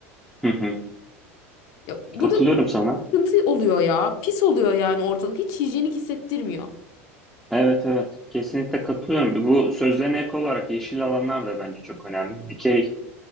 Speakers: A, in the centre; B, on the left.
A: hı hı.
B: Ya, bu
A: Katılıyorum
B: da
A: sana.
B: sıkıntı oluyor ya. Pis oluyor yani ortalık. Hiç hijyenik hissettirmiyor.
A: Evet evet kesinlikle katılıyorum. Bu sözlerine ek olarak yeşil alanlar da bence çok önemli. Dikey